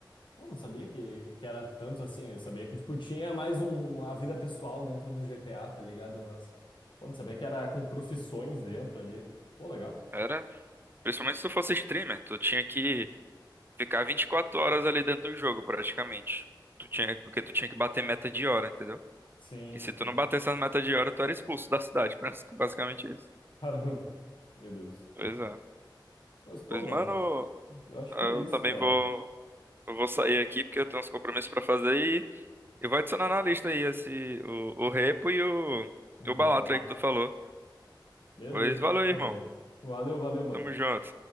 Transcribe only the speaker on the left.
Pô, não sabia que, que que era tanto assim. Eu sabia que, tipo, tinha mais um, a vida pessoal dentro do GTA, tá ligado? Mas, pô, não sabia que era com profissões dentro ali. Pô, legal.
Sim,
sim.
Caramba. Meu Deus.
Mas, pô,
mano,
eu acho
que é isso,
cara.
Balato.
Beleza,
mano. Maravilha.
Valeu, valeu, mano.